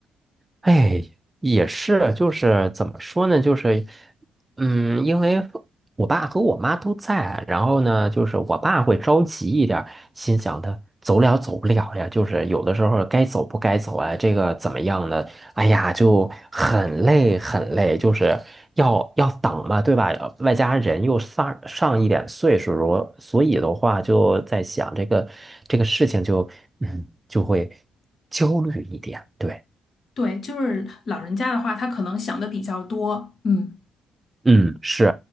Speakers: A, on the right (about 20°); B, on the left (about 50°).
A: 哎，也是，就是怎么说呢？就是，嗯，因为我爸和我妈都在，然后呢，就是我爸会着急一点儿心想的走了走不了呀，就是有的时候该走不该走啊，这个怎么样呢？哎呀，就很累很累，就是要要等嘛，对吧？外加人又上上一点岁数了，所以的话就在想这个这个事情就嗯就会焦虑一点，对。
B: 对，就是老人家的话，他可能想的比较多。嗯，
A: 嗯，是，